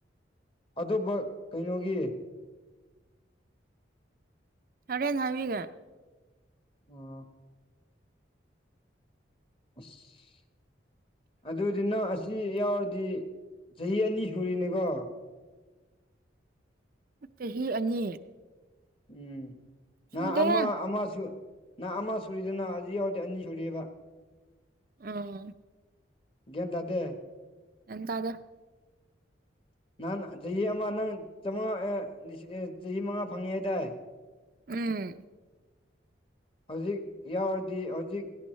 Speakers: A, on the left (about 30°); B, on the right (about 45°).
A: ꯑꯇꯣꯞꯄ ꯀꯩꯅꯣꯒꯤ
B: ꯍ‌ꯣꯔꯦꯟ ꯍꯥꯏꯕꯤꯒ‌ꯦ
A: ꯑꯣ ꯑꯁ ꯑꯗꯨꯗꯤ ꯅꯪ ꯑꯁꯤ ꯌꯥꯎꯔꯗꯤ ꯆꯍꯤ ꯑꯅꯤ ꯁꯨꯔꯤꯅꯦꯀꯣ
B: ꯆꯍꯤ ꯑꯅꯤ
A: ꯎꯝ ꯅꯪ
B: ꯁꯨꯗꯦꯍꯦ
A: ꯑꯃ ꯑꯃ ꯁꯨ ꯅꯪ ꯑꯃ ꯁꯨꯔꯤꯗꯨꯅ ꯍꯧꯖꯤꯛ ꯌꯥꯎꯔꯗꯤ ꯑꯅꯤ ꯁꯨꯔ‌ꯦꯕ
B: ꯑꯥ
A: ꯒꯌꯥꯟ ꯇꯥꯗꯦ
B: ꯒꯌꯥꯟ ꯇꯥꯗꯦ
A: ꯅꯪ ꯆꯍꯤ ꯑꯃ ꯅꯪ ꯆꯃꯥꯉꯥ ꯑꯦ ꯂꯤꯁꯤꯡ ꯆꯍꯤ ꯃꯉꯥ ꯐꯪꯉꯦ ꯍꯥꯏꯗꯥꯏ
B: ꯎꯝ
A: ꯍꯧꯖꯤꯛ ꯌꯥꯎꯔꯗꯤ ꯍꯧꯖꯤꯛ